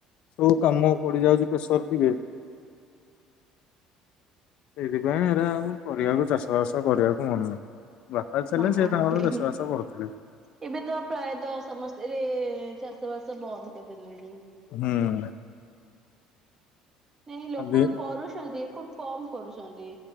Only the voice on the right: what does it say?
ମନେ
ହଉନି
ଏବେ ତ ପ୍ରାୟତଃ ସମସ୍ତେ ଚାଷବାସ ବନ୍ଦ କରିଦେଲେଣି।
ନାଇଁ ଲୋକ
କରୁଛନ୍ତି ଖୁବ କମ କରୁଛନ୍ତି।